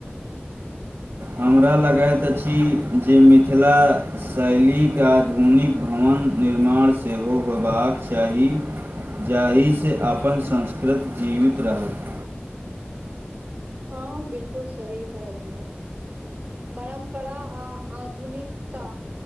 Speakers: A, on the right (about 65°); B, on the right (about 30°).
A: हमरा लगैत अछि जे, मिथिला शैलीके आधुनिक भवन। निर्माण सेहो होयबाक चाही। जाहिसँ अपन संस्कृत जीवित रहत।
B: हँ 'बिलकुल' सही कहलियए। परम्परा आ आधुनिकता।